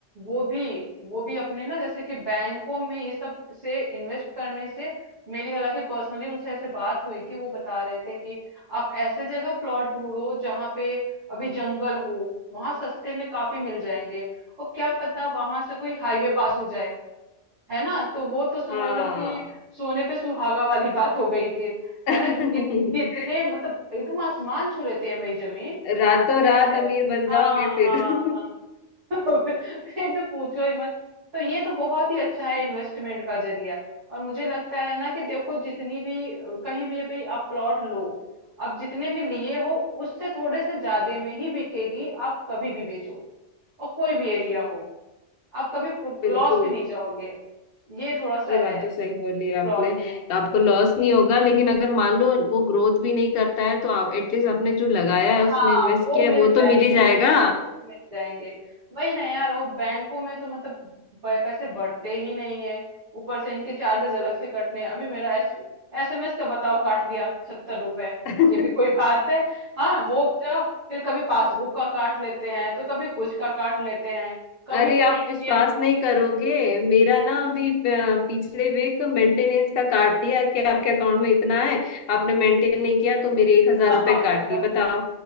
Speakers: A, on the right (about 65°); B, on the left (about 60°).
A: वो भी वो भी अपने ना जैसे कि बैंकों में ये सब से इन्वेस्ट करने से मेरी हालांकि पर्सनली उनसे ऐसे बात हुई थी वो बता रहे थे कि आप ऐसे जगह प्लॉट ढूंढो जहाँ पे अभी जंगल हो वहां सस्ते में काफी मिल जाएंगे और क्या पता वहां से कोई हाईवे पास हो जाए है ना तो वो तो समझ
B: हाँ
A: लो कि सोने पे सुहागा वाली बात हो गई फिर
B: <laughs>
A: है ना कि कित- कितने मतलब एकदम आसमान छू लेती है भाई जमीन
B: रातों रात
A: ऐसे
B: अमीर
A: है
B: बन
A: हाँ
B: जाओगे फिर
A: हाँ
B: <laughs>
A: हाँ <laughs> फिर तो पूछो ही मत तो ये तो बहुत ही अच्छा है इन्वेस्टमेंट का जरिया और मुझे लगता है ना कि देखो जितनी भी अ, कहीं भी भाई आप प्लॉट लो आप जितने में लिए हो उससे थोड़े से ज्यादा में ही बिकेगी आप कभी भी बेचो और कोई भी एरिया हो आप कभी
B: बिल्कुल
A: लॉस में नहीं जाओगे ये थोड़ा सा
B: ये बात
A: है
B: तो सही बोली है आपने
A: प्लॉट में
B: आपको लॉस नहीं होगा लेकिन अगर मान लो वो ग्रोथ भी नहीं करता है तो आप एटलीस्ट आपने जो लगाया
A: हाँ
B: है उसमें इन्वेस्ट
A: वो
B: किया
A: मिल
B: है वो
A: जाएंगे
B: तो मिल ही जाएगा
A: मुझे वो तो मिल जाएंगे वही ना यार वो बैंकों में तो मतलब प- पैसे बढ़ते ही नहीं है ऊपर से इनके चार्जेस अलग से कटने हैं। अभी मेरा एस एसएमएस का बताओ काट लिया सत्तर रुपए
B: <laughs>
A: ये भी कोई बात है हाँ वो जाओ फिर कभी पासबुक का काट लेते हैं तो कभी कुछ का काट लेते हैं कभी
B: अरे
A: एटीएम
B: आप विश्वास नहीं करोगे मेरा ना अभी प- पिछले वीक मेंटेनेंस का काट दिया कि आपके अकाउंट में इतना है आपने मेंटेन नहीं किया तो मेरे एक हजार
A: हाँ
B: रुपए
A: <laughs>
B: काट
A: बताओ
B: लिए बताओ